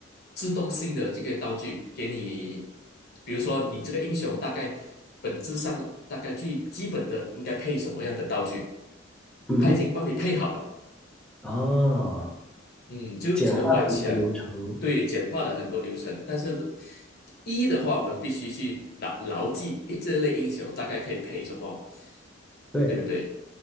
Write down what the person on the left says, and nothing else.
自动性的这个道具，给你，比如说你这个英雄大概本质上大概最基本的应该配什么样的道具，
他已经帮你配好了。
嗯，就可能玩起来，
对，简化了很多流程。但是一的话，我们必须去牢牢记，诶，这类英雄大概可以配什么，
对不对？